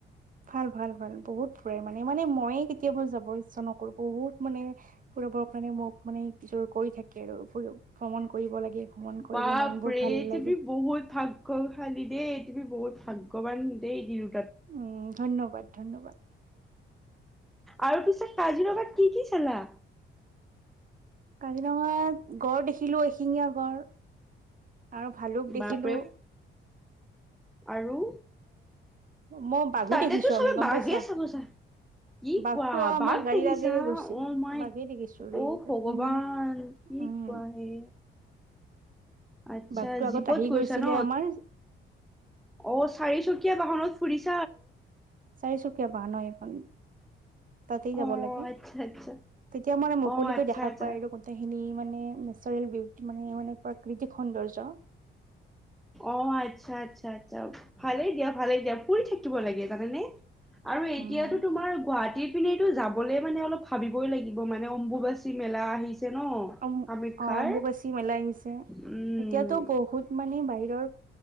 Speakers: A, on the right; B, in the centre.
A: ভাল ভাল ভাল বহুত। ফুৰাই মানে, মানে ময়েই কেতিয়াবা যাব ইচ্ছা নকৰো বহুত মানে ফুৰাবৰ কাৰণে মোক মানে যোৰ কৰি থাকে আৰু ভ্ৰমণ। কৰিব লাগে ভ্ৰমণ কৰিলে
B: বাপৰে
A: মন বোৰ ভাল লাগে
B: তুমি বহুত ভাগ্য খালী দেই। <unintelligible> বহুত ভাগ্যৱান দেই দিন
A: উম ধন্যবাদ ধন্যবাদ।
B: আৰু পিছে কাজিৰঙাত কি কি চালা?
A: কাজিৰঙাত গড় দেখিলো এশিঙীয়া গড়। আৰু ভালুক দেখিলো।
B: বাপৰে আৰু
A: মই বাঘো
B: তাতেতো
A: দেখিছো
B: চবে
A: আমি গম
B: বাঘে
A: পাইছা
B: চাব যায়। কি
A: বাঘটো
B: কোৱা
A: আমাৰ
B: বাঘ
A: গাড়ীৰ
B: দেখিছা
A: আগেৰে গৈছিলো
B: অ মাই
A: বাঘেই দেখিছো ৰেল
B: অ ভগৱান
A: একদম মানে
B: কি
A: উম
B: কোৱা হে। আচ্ছা
A: বাঘটো আগত
B: জীপত
A: আহি
B: গৈছা
A: গৈছিলে
B: ন?
A: আমাৰ
B: অ চাৰিচকীয়া বাহনত ফুৰিছ।
A: চাৰিচুকীয়া বাহন ন এখন। তাতেই যাব
B: অ
A: লাগে,
B: আচ্ছা আচ্ছা
A: তেতিয়া মানে মুকলিকৈ
B: অ আচ্ছা
A: দেখা
B: আচ্ছা
A: পায় গোটেইখিনি মানে নেচাৰেল বিউটি মানে মানে। প্ৰাকৃতিক সৌন্দৰ্য।
B: অ আচ্ছা আচ্ছা আচ্ছা, ভালে দিয়ক। ভাল দিয়া, ফুৰি থাকিব লাগে জানে নে? আৰু এতিয়াতো
A: উম
B: তোমাৰ গুৱাহাটীত। কিন্তু এইটো যাবলে মানে অলপ ভাবিবই লাগিব মানে অম্বুবাচী মেলা আহিছে। ন
A: অম
B: কামাখ্যাৰ
A: অ অম্বুবাচী মেলা আহিছে,
B: উম
A: এতিয়াতো বহুত। মানে বাহিৰৰ